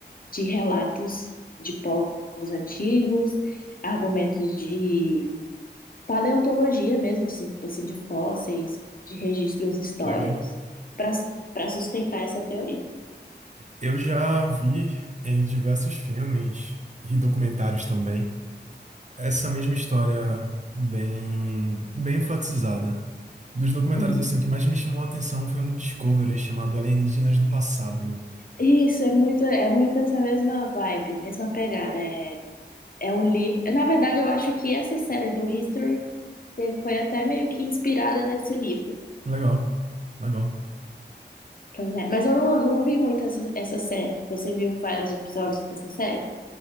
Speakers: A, on the left; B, on the right.
A: de relatos de povos antigos, argumentos de paleontologia mesmo, assim, tipo assim, de fósseis, de registros históricos,
B: legal.
A: para para sustentar essa teoria.
B: Eu já vi em diversos filmes e documentários também. essa mesma história bem, bem enfatizada. Dos documentários,
A: Uhum.
B: assim, o que mais me chamou a atenção foi um do Discovery chamado Alienígenas do Passado.
A: Isso, é muito, é muito essa mesma vibe, mesma pegada. é É um livro. Na verdade, eu acho que essa série do History te- foi até meio que inspirada nesse livro.
B: Legal, legal.
A: Pois é. Mas eu não não vi muito essa, essa série. Você viu vários episódios dessa série?